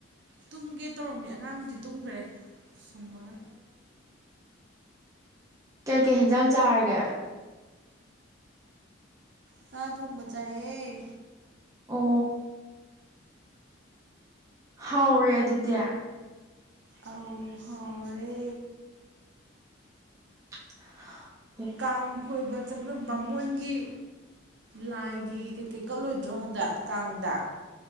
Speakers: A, on the right (about 55°); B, on the right (about 15°).
A: ꯇꯨꯝꯒꯦ ꯇꯧꯔꯝꯃꯤ ꯑꯉꯥꯡꯗꯤ ꯇꯨꯝꯈꯔꯦ ꯁꯨꯝꯃꯒ
B: ꯀꯩ ꯀꯩ ꯍꯦꯟꯖꯥꯡ ꯆꯥꯔꯒꯦ
A: ꯉꯥ ꯊꯣꯡꯕ ꯆꯥꯏꯑꯦ
B: ꯑꯣ ꯍꯥꯎꯔꯦ ꯑꯗꯨꯗꯤ
A: ꯑꯩ ꯍꯥꯎꯔꯦ
B: <unintelligible>
A: ꯀꯥꯡ ꯀꯣꯏꯕ ꯆꯠꯄꯗ‌ꯣ ꯕꯥ ꯃꯣꯟ ꯒꯤ ꯂꯥꯏꯒꯤ ꯀꯩꯀꯩ ꯀꯠꯂꯣꯏꯗ꯭ꯔꯣ ꯍꯟꯗꯛ ꯀꯥꯡꯗ